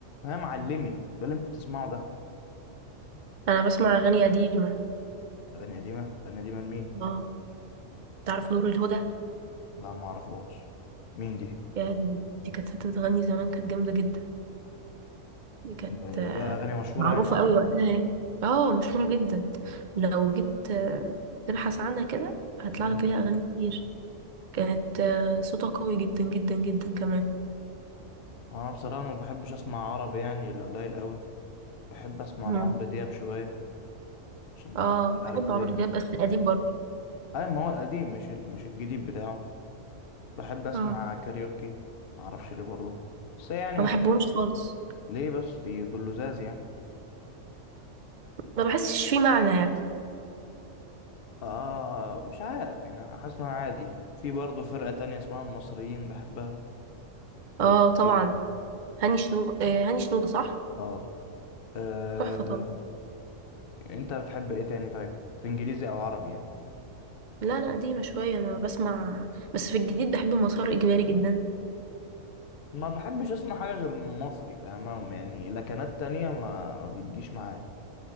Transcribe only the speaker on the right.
انا بسمع اغاني قديمه
اه تعرف نور الهدى
يا دي دي كانت ست بتغني زمان كانت جامده جدا دي كانت
آه،
معروفه
قوي وقتها يعني اه مشهوره جدا لو جيت آه، تبحث عنها كده هيطلع
لك ليها اغاني كتير كانت آه، صوتها قوي جدا جدا جدا كمان
مم.
اه
بحب
عمرو
دياب بس القديم برضه
اه
ما بحبهمش خالص
ما بحسش فيه معنى يعني
اه طبعا
هاني شنو آه، هاني شنودة صح
تحفه طبعا
لا لا قديمة شوية أنا بسمع بس في الجديد بحب مسار إجباري جدا